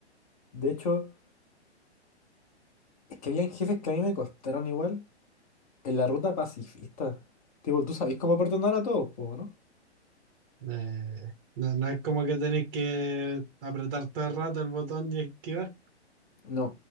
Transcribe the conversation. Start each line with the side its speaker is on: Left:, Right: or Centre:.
Left: De hecho, es que habían jefes que a mí me costaron igual en la ruta pacifista. Tipo, tú sabés cómo perdonar a todos, pues, ¿no?
Right: Eh, no, no es como que tenéis que apretar todo el rato el botón de esquivar.
Left: No,